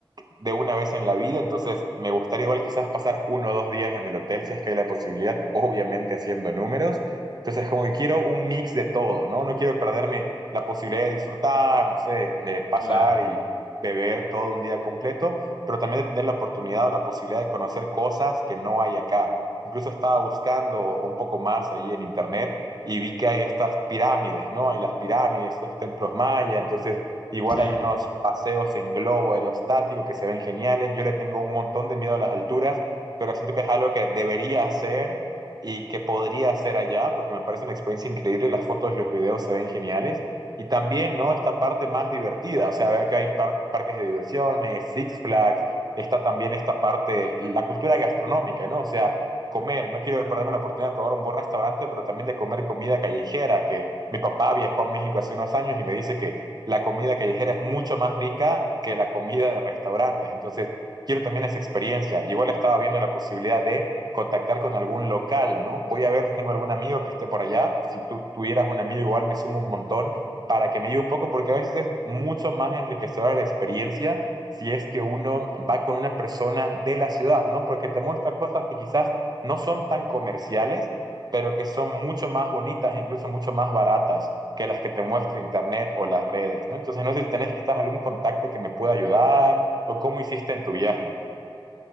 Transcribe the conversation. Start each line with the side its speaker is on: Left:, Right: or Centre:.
Right: de una vez en la vida, entonces me gustaría igual quizás pasar uno o dos días en el hotel si es que hay la posibilidad, obviamente haciendo números. Entonces
Left: Mm,
Right: como que quiero un mix de todo, ¿no? No quiero perderme la posibilidad de disfrutar, no sé, de pasar
Left: Claro,
Right: y beber todo un día completo, pero también de tener la oportunidad o la posibilidad de conocer cosas que no hay acá. Incluso estaba buscando un poco más ahí en internet y vi que hay estas pirámides, ¿no? Hay las pirámides, estos templos mayas, entonces Igual
Left: sí.
Right: hay unos paseos en globo aerostático que se ven geniales. Yo le tengo un montón de miedo a las alturas, pero siento que es algo que debería hacer y que podría hacer allá, porque me parece una experiencia increíble. Las fotos y los videos se ven geniales. Y también, ¿no? Esta parte más divertida. O sea, vea que hay par- parques de diversiones, Six Flags. Está también esta parte, la cultura gastronómica, ¿no? O sea, comer. No quiero perderme la oportunidad de probar un buen restaurante, pero también de comer comida callejera, que mi papá viajó a México hace unos años y me dice que la comida callejera es mucho más rica que la comida de restaurantes. Entonces, quiero también esa experiencia. Igual estaba viendo la posibilidad de contactar con algún local, ¿no? Voy a ver si tengo algún amigo que esté por allá. Si tú tuvieras un amigo igual, me sumo un montón para que me ayude un poco, porque a veces es mucho más enriquecedora la experiencia si es que uno va con una persona de la ciudad, ¿no? Porque te muestra cosas que quizás no son tan comerciales, pero que son mucho más bonitas e incluso mucho más baratas que las que te muestra internet o las redes, ¿no? Entonces, no sé si tenés quizás algún contacto que me pueda ayudar o cómo hiciste en tu viaje.